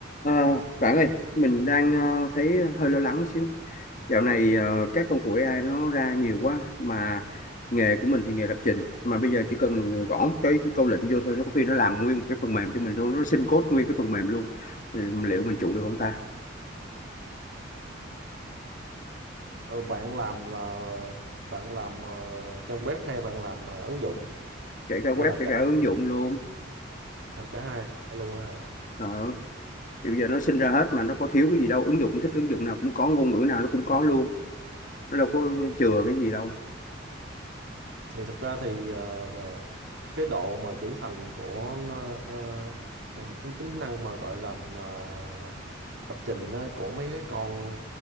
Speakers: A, on the left; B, on the right.
A: Ờ, bạn ơi, mình đang ờ, thấy hơi lo lắng xíu. Dạo này ờ, các công cụ AI nó ra nhiều quá mà nghề của mình thì nghề lập trình mà bây giờ chỉ cần gõ một cái, cái câu lệnh vô thôi nó có khi nó làm nguyên một cái phần mềm cho mình luôn, nó xin code nguyên cái phần mềm luôn. Thì liệu mình trụ được không ta?
B: Ờ, bạn làm là bạn làm ờ, trang web hay bạn làm ờ, ứng dụng
A: Kể cả web,
B: hay làm
A: kể
B: cả
A: cả
B: hai
A: ứng dụng luôn.
B: làm cả hai luôn ha
A: Đó. Thì bây giờ nó sinh ra hết mà nó có thiếu cái gì đâu, ứng dụng thích ứng dụng nào cũng có, ngôn ngữ nào nó cũng có luôn. Nó đâu có chừa cái gì đâu.
B: thì thực ra thì ờ, ờ, cái độ mà trưởng thành của nó, ờ, ờ, tính tính năng mà gọi là ờ, lập trình á, của mấy cái con